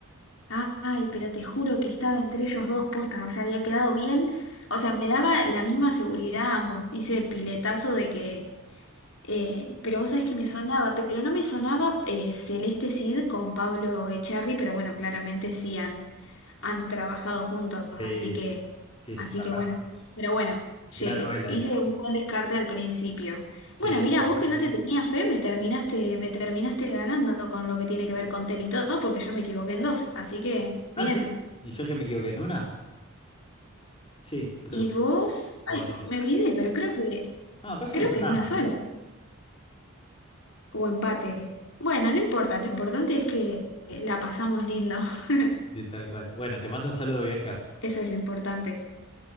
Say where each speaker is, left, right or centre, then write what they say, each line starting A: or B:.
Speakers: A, on the left; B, on the left.
A: Ah, Ay, pero te juro que estaba entre ellos dos postas, o sea, había quedado bien. O sea, me daba la misma seguridad a ambos. Hice piletazo de que Eh, pero vos sabés que me sonaba, pero no me sonaba eh, Celeste Cid con Pablo Echarri, pero bueno, claramente sí han, han trabajado juntos, así
B: Sí,
A: que,
B: sí. Sí,
A: así
B: sí, trabajaron
A: que bueno.
B: juntos.
A: Pero bueno, lle-
B: Gran novela
A: hice
B: esa.
A: un buen descarte al principio.
B: Sí,
A: Bueno, mira,
B: sí, venía
A: vos que
B: muy
A: no te
B: bien.
A: tenía fe, me terminaste, me terminaste ganando con lo que tiene que ver con Tel y todo, porque yo me equivoqué en dos, así que
B: ¿Ah,
A: bien.
B: sí? ¿Y yo que me equivoqué en una? Sí, creo
A: Y
B: que fue.
A: vos, ay,
B: O en dos.
A: me olvidé, pero creo que,
B: No, parece
A: creo
B: que empatamos,
A: que en una sola.
B: ¿eh?
A: O empate. Bueno, no importa, lo importante es que la pasamos lindo. <laughs>
B: Sí, tal cual. Bueno, te mando un saludo, Bianca.
A: Eso es lo importante.